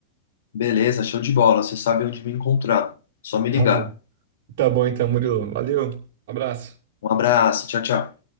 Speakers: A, on the left; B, on the right.
A: beleza, show de bola, você sabe onde me encontrar. Só me
B: Tá
A: ligar.
B: bom. Tá bom então, Murilo. Valeu. Abraço.
A: Um abraço, tchau, tchau.